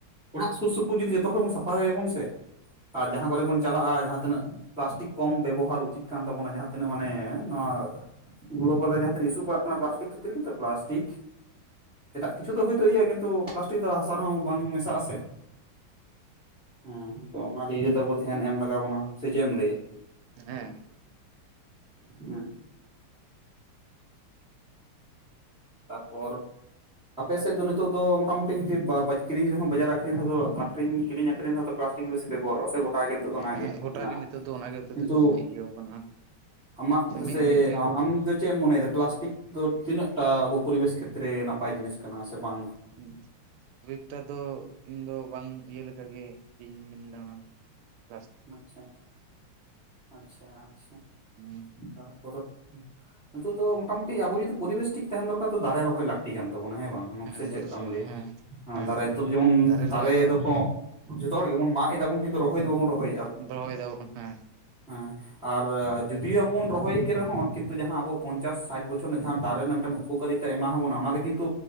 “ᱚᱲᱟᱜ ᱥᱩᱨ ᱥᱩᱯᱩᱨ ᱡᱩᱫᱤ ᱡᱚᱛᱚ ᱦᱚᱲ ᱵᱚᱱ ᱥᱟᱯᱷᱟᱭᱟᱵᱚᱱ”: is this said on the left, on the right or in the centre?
Centre